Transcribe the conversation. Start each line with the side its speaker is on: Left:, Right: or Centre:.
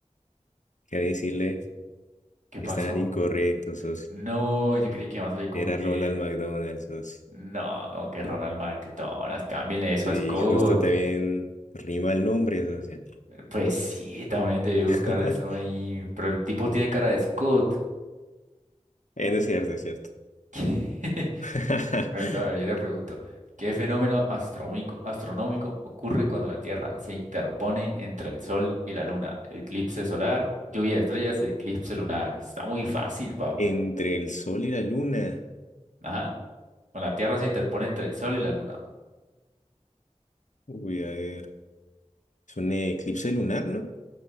Left: quería decirle
Right: ¿Qué
Left: que
Right: pasó?
Left: están incorrectos, socio.
Right: No, yo creí que iba a salir con
Left: Era
Right: que...
Left: Ronald McDonald, socio.
Right: No, no, que Ronald McDonald, cámbienle eso
Left: Sí,
Right: a Scott.
Left: justo también rima el nombre, socio.
Right: Pues sí, también debe buscar
Left: <laughs>
Right: eso ahí. Pero el tipo tiene cara de Scott.
Left: Eh, no es cierto, es cierto.
Right: <laughs> Pero
Left: <laughs>
Right: entonces, a ver, yo le pregunto, ¿qué fenómeno astronómico, astronómico ocurre cuando la Tierra se interpone entre el Sol y la Luna? Eclipse solar, lluvia de estrellas, eclipse lunar. Está muy fácil, pap.
Left: Entre el sol y la luna.
Right: Ajá. Con la Tierra se interpone entre el Sol y la Luna.
Left: Voy a ver. Es un eclipse lunar, ¿no?